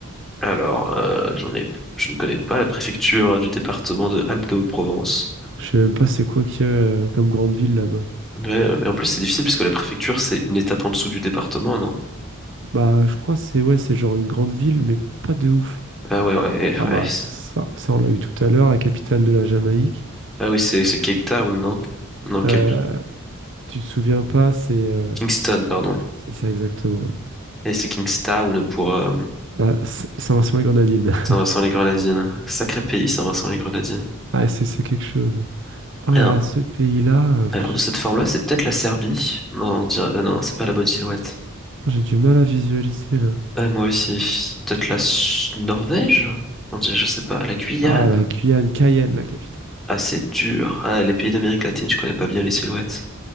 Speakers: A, in the centre; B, on the right.
A: Alors, euh, j'en ai, je ne connais pas la préfecture du département de Alpes-de-Haute-Provence.
B: Je sais même pas c'est quoi qu'il y a euh, comme grande ville là-bas.
A: Ouais, ouais, mais en plus c'est difficile parce que la préfecture c'est une étape en dessous du département, non?
B: Bah, je crois que c'est ouais, c'est genre une grande ville, mais pas de ouf.
A: Ah ouais, ouais, eh,
B: Ah bah
A: ouais, c'est-
B: ça, ça on l'a eu tout à l'heure, la capitale de la Jamaïque.
A: Ah oui, c'est c'est Cape Town, non? Non, Cape...
B: Euh, tu te souviens pas, c'est euh,
A: Kingston, pardon.
B: c'est ça exactement.
A: Et c'est Kingstown pour euh,
B: Ah, c- ça ressemble à la grenadine. <laughs>
A: Saint-Vincent-les-Grenadines. Sacré pays, Saint-Vincent-les-Grenadines.
B: Ah, c'est c'est quelque chose. Oh là
A: Alors,
B: là, ce pays-là, euh, pff,
A: alors, de cette forme-là, c'est peut-être la Serbie. Non, on dirait... ah non, c'est pas la bonne silhouette.
B: j'ai du mal à visualiser là.
A: Ah, moi aussi, c'est peut-être la S- Norvège? On dirait, je sais pas, la Guyane.
B: Ah, la Guyane, Cayenne, la capitale.
A: Ah, c'est dur. Ah, les pays
B: Et-
A: d'Amérique latine, je connais pas bien les silhouettes.